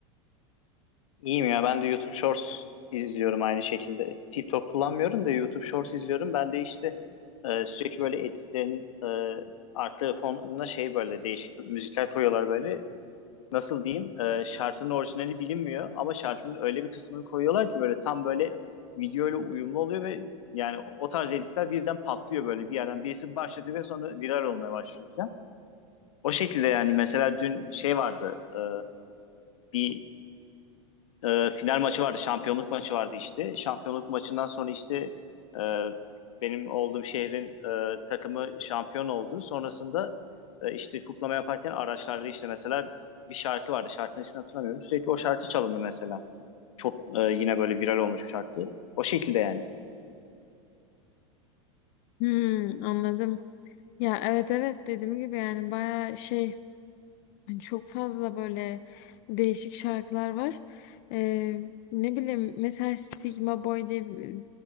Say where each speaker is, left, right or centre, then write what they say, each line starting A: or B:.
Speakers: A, on the left; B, on the left.
A: İyiyim ya ben de YouTube Shorts izliyorum aynı şekilde. TikTok kullanmıyorum da YouTube Shorts izliyorum. Ben de işte e, sürekli böyle editlerin e, arka fonuna şey böyle değişik müzikler koyuyorlar böyle. Nasıl diyeyim? E, şarkının orijinali bilinmiyor ama şarkının öyle bir kısmını koyuyorlar ki böyle tam böyle videoyla uyumlu oluyor ve yani o tarz editler birden patlıyor böyle bir yerden. Birisi başlatıyor ve sonra viral olmaya başlıyor falan. O şekilde yani mesela dün şey vardı. e, bir e, final maçı vardı, şampiyonluk maçı vardı işte. Şampiyonluk maçından sonra işte e, benim olduğum şehrin e, takımı şampiyon oldu. Sonrasında e, işte kutlama yaparken araçlarda işte mesela bir şarkı vardı. Şarkının ismini hatırlamıyorum. Sürekli o şarkı çalındı mesela. Çok e, yine böyle viral olmuş bir şarkı. O şekilde yani.
B: Hmm, anladım. Ya evet evet dediğim gibi yani baya şey Yani Çok fazla böyle değişik şarkılar var. Ee, ne bileyim mesela Sigma Boy diye bir